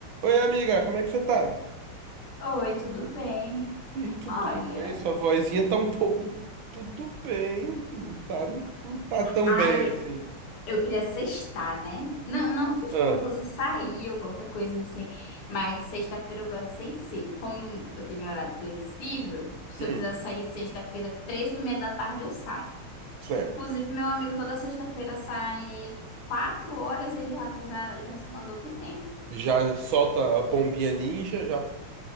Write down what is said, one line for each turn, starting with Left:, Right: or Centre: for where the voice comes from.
Right: Oi, amiga, como é que você tá?
Left: Oi, tudo bem?
Right: Hum, tudo
Left: Olha,
Right: bem, sua vozinha tá um pouco. Tudo bem, não tá, não, tá tão
Left: ai,
Right: bem assim.
Left: eu queria sextar, né? Não, não que tipo,
Right: Ah,
Left: eu fosse sair ou qualquer coisa assim, mas sexta-feira eu gosto de sair cedo. Como eu tenho horário flexível, se
Right: hum,
Left: eu quiser sair sexta-feira, três e meia da tarde, eu saio.
Right: certo.
Left: Inclusive, meu amigo toda sexta-feira sai quatro horas, ele já, já, já se mandou que tempo.
Right: Já solta a bombinha ninja, já,